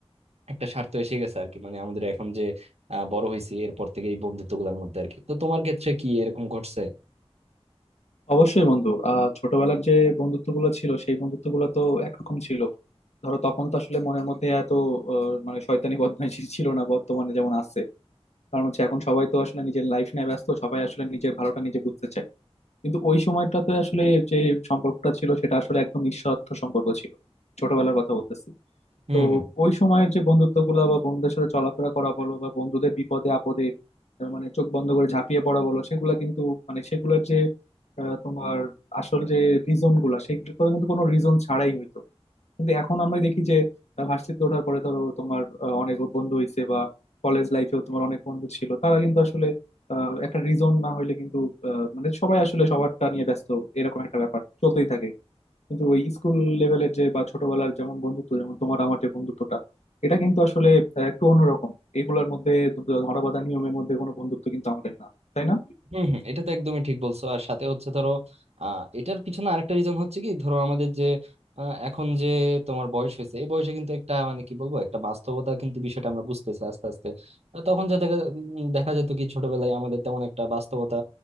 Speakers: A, on the right; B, on the left.
A: একটা স্বার্থ এসে গেছে আর কি মানে আমাদের এখন যে আহ, বড় হয়েছি এরপর থেকে এই বন্ধুত্ব গুলোর মধ্যে আর কি তো তোমার ক্ষেত্রে কি এরকম ঘটছে
B: অবশ্যই বন্ধু আহ ছোটবেলার যে বন্ধুত্ব গুলো ছিল সেই বন্ধুত্ব গুলো তো একরকম ছিল ধরো তখন তো আসলে মনের মধ্যে এত আহ, মানে শয়তানি বদমাইশি <laughs> ছিল না বর্তমানে যেমন আছে কারণ হচ্ছে এখন সবাই তো আসলে নিজের লাইফ নিয়ে ব্যস্ত সবাই আসলে নিজের ভালোটা নিজে বুঝতে চায় কিন্তু ওই সময়টাতে আসলে যে সম্পর্কটা ছিল সেটা আসলে একদম নিঃস্বার্থ সম্পর্ক ছিল ছোটবেলার কথা বলতেছি
A: হম
B: তো ওই সময়ের যে বন্ধুত্বগুলো বা বন্ধুদের সাথে চলাফেরা করা বলো বা বন্ধুদের বিপদে আপদে আহ, মানে চোখ বন্ধ করে ঝাঁপিয়ে পড়া বলো সেগুলা কিন্তু মানে সেগুলোর যে আহ, তোমার আসল যে রিজন গুলা সেগুলো কিন্তু কোনো রিজন ছাড়াই হইতো কিন্তু এখন আমরা দেখি যে আহ, ভার্সিটিতে ওঠার পরে ধরো তোমার আহ, অনেক বন্ধু হইছে বা কলেজ লাইফেও তোমার অনেক বন্ধু ছিল তারা কিন্তু আসলে আহ, একটা রিজন না হইলে কিন্তু আহ, মানে সবাই আসলে সবারটা নিয়ে ব্যস্ত এরকম একটা ব্যাপার চলতেই থাকে কিন্তু ওই স্কুল লেভেলের যে বা ছোটবেলার যেমন বন্ধুত্ব যেমন তোমার আমার যে বন্ধুত্বটা এটা কিন্তু আসলে আহ, একটু অন্যরকম এগুলোর মধ্যে ধরা বাঁধা নিয়মের মধ্যে কোনো বন্ধুত্ব কিন্তু আমাদের না তাই না
A: হম হম এটা তো একদমই ঠিক বলছো আর সাথে হচ্ছে ধরো আহ এটার পিছনে আরেকটা রিজন হচ্ছে কি ধরো আমাদের যে আহ, এখন যে তোমার বয়স হয়েছে এই বয়সে কিন্তু একটা মানে কি বলবো একটা বাস্তবতা কিন্তু বিষয়টা আমরা বুঝতেছি আস্তে আস্তে আহ, তখন যা দেখা উম, দেখা যেত কি ছোটবেলায় আমাদের তেমন একটা বাস্তবতা